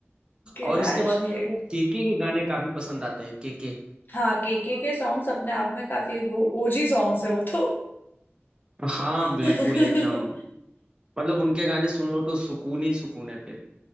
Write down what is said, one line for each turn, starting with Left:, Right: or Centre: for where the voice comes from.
Left: किला
Right: और उसके
Left: इश्क
Right: बाद मेरे
Left: है
Right: को केके के गाने काफी पसंद आते हैं केके
Left: हाँ केके के सॉन्ग्स अपने आप में काफी वो ओजी सॉन्ग्स है वो तो
Right: हाँ बिल्कुल
Left: <laughs>
Right: एकदम मतलब उनके गाने सुन लो तो सुकून ही सुकून है फिर